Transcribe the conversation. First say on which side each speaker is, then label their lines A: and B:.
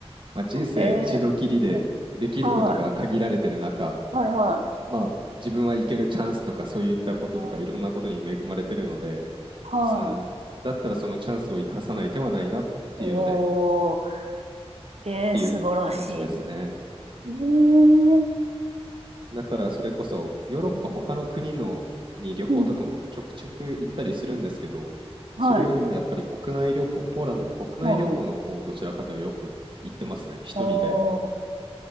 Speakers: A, on the right; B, on the right.
A: まあ、人生一度きりでできることが限られてる中、
B: ええ、うん、はい、はい、はい。
A: まあ、自分は行けるチャンスとかそういったこととかいろんなことに恵まれてるので、
B: うんはい。
A: その、だったらそのチャンスを生かさない手はないなっていうので、
B: おー、ええ、
A: っていう感じですね。
B: 素晴らしい。ええ、
A: だからそれこそヨーロッパ他の国のに旅行とかもちょくちょく行ったりするんですけど、
B: うん、うん、
A: それよりもやっぱり国内旅行、
B: はい。
A: ポーランドの国内旅行の方をどちらかというとよく行ってますね、
B: もう、
A: 一人で。
B: おー、